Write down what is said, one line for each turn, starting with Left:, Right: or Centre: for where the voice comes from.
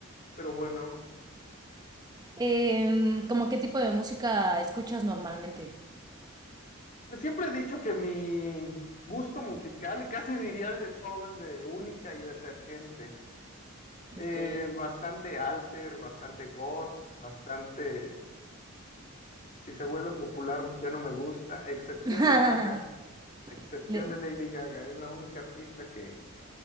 Left: pero bueno,
Right: Em, ¿cómo qué tipo de música escuchas normalmente?
Left: pues siempre he dicho que mi gusto musical, y casi diría de todo, es de única y detergente eh,
Right: Ok.
Left: bastante alter, bastante goth, bastante Si se vuelve popular, ya no me gusta, a excepción
Right: <laughs>
Left: de Gaga, a excepción
Right: Le-
Left: de Lady Gaga, es la única artista que